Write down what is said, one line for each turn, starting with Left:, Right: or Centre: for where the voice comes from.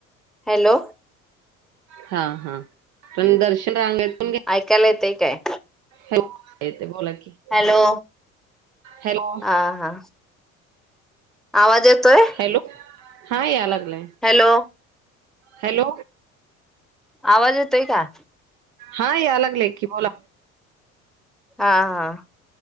Centre: हॅलो!
Right: हा हा पण दर्शन रांगेत पण घे
Centre: ऐकायला येतय काय?
Right: हो येतेय बोला की
Centre: हॅलो!
Right: हॅलो!
Centre: हा हा आवाज येतोय?
Right: हॅलो! हा याय लागलाय...
Centre: हॅलो!......
Right: हॅलो
Centre: आवाज येतोय का?
Right: हा याय लागला की, बोला
Centre: हा, हा......